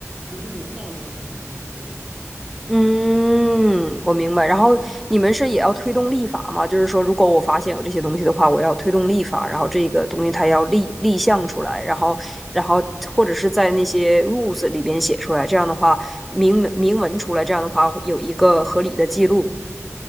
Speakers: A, on the right; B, in the centre.
A: 就这种道德层面上的东西。
B: 嗯，我明白。然后你们是也要推动立法吗？就是说，如果我发现有这些东西的话，我要推动立法，然后这个东西它要立立项出来，然后，然后或者是在那些 rules 里边写出来，这样的话明文明文出来，这样的话会有一个合理的记录。